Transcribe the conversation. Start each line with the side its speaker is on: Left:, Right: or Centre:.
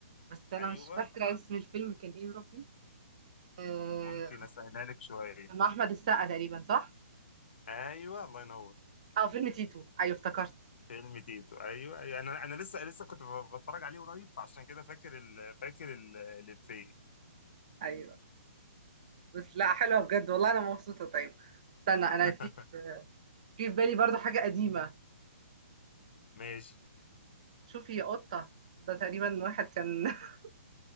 Right: بس انا
Left: أيوه
Right: مش فاكره اسم الفيلم كان ايه يا ربي آه.
Left: ممكن أسهلها لك شوية
Right: كان مع احمد السقا تقريبا صح
Left: أيوه الله ينور
Right: اه فيلم تيتو ايوه افتكرت
Left: فيلم تيتو أيوه, أيوة. أنا أنا لسه لسه كنت ب- بتفرج عليه قريب فعشان كده فاكر ال... فاكر ال- الإفيه
Right: ايوه بس لا حلوه بجد والله انا مبسوطه طيب استنى انا
Left: <laughs>
Right: في في في بالي برضو حاجه قديمه
Left: ماشي
Right: شوفي يا قطه ده تقريبا واحد كان <laughs>